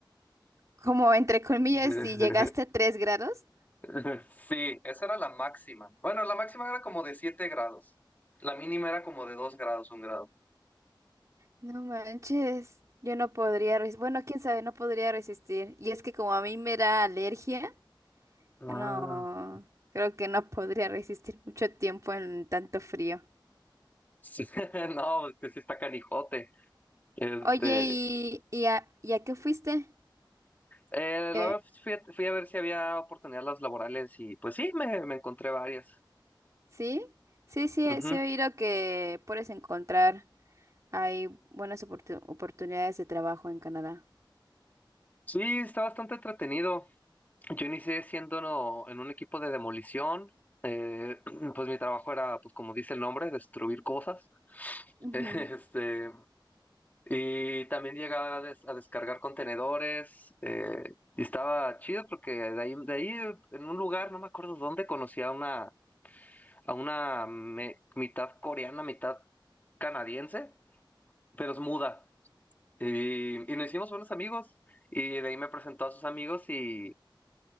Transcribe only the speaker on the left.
<laughs>
<laughs> Sí, esa era la máxima. Bueno, la máxima era como de 7 grados. La mínima era como de 2 grados, un grado.
Ah.
Sí, <laughs> no, es que sí está canijote. Este,
eh,
la vez fui, a fui a ver si había oportunidades laborales y pues sí, me, me encontré varias.
Ujú.
Sí, está bastante entretenido. Yo inicié siendo no- en un equipo de demolición. Eh, <clears throat> pues mi trabajo era, pues como dice el nombre, destruir cosas.
<laughs> Este, Y también llegaba a, des- a descargar contenedores. eh, y estaba chido porque de ahí, de ahí, en un lugar, no me acuerdo dónde, conocí a una, a una me- mitad coreana, mitad canadiense, pero es muda. Y, y nos hicimos buenos amigos. Y de ahí me presentó a sus amigos y,